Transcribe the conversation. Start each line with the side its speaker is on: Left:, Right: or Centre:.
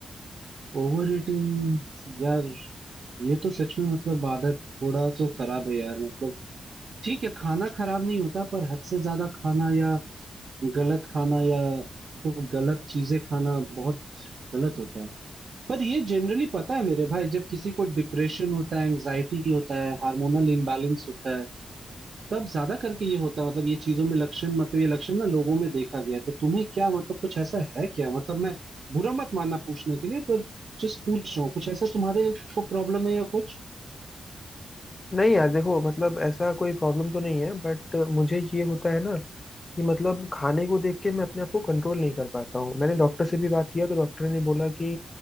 Right: ओवर ईटिंग यार ये तो सच में मतलब आदत थोड़ा तो खराब है यार मतलब ठीक है खाना खराब नहीं होता पर हद से ज्यादा खाना या गलत खाना या तो गलत चीजें खाना बहुत गलत होता है पर ये जनरली पता है मेरे भाई जब किसी को डिप्रेशन होता है एंजाइटी होता है हार्मोनल इम्बैलेंस होता है तब ज्यादा करके ये होता है मतलब ये चीजों में लक्षण मतलब ये लक्षण ना लोगों में देखा गया है। तो तुम्हें क्या मतलब कुछ ऐसा है क्या मतलब मैं बुरा मत मानना पूछने के लिए पर जस्ट पूछ रहा हूँ कुछ ऐसा तुम्हारे को प्रॉब्लम है या कुछ
Left: नहीं यार देखो मतलब ऐसा कोई प्रॉब्लम तो नहीं है बट मुझे ये होता है ना कि मतलब खाने को देख के मैं अपने आप को कंट्रोल नहीं कर पाता हूँ मैंने डॉक्टर से भी बात किया तो डॉक्टर ने बोला कि